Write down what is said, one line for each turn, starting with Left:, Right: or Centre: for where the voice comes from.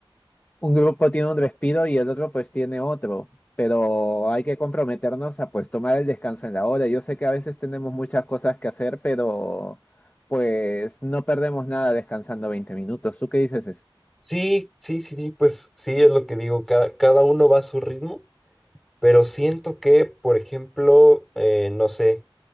Left: Un grupo tiene un respiro y el otro pues tiene otro, pero hay que comprometernos a pues tomar el descanso en la hora. Yo sé que a veces tenemos muchas cosas que hacer, pero pues no perdemos nada descansando 20 minutos. ¿Tú qué dices? Es-
Centre: Sí, sí, sí, sí, sí, pues sí, es lo que digo, cada, cada uno va a su ritmo. Pero siento que, por ejemplo, eh, no sé,